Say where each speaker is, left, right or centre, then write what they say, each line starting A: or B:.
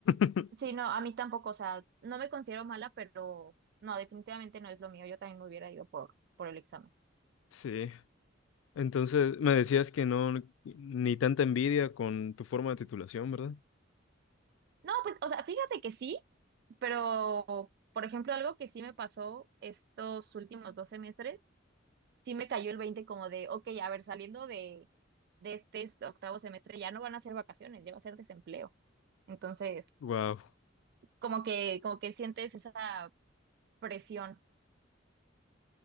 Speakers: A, on the left; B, on the right.
A: <laughs>
B: Sí, no, a mí tampoco, o sea, no me considero mala, pero no, definitivamente no es lo mío. Yo también me hubiera ido por, por el examen.
A: Sí. Entonces, me decías que no, ni tanta envidia con tu forma de titulación, ¿verdad?
B: No, pues, o sea, fíjate que sí, pero, por ejemplo, algo que sí me pasó estos últimos dos semestres, sí me cayó el 20 como de, ok, a ver, saliendo de, de este s- octavo semestre ya no van a ser vacaciones, ya va a ser desempleo. Entonces,
A: Wow.
B: como que, como que sientes esa presión.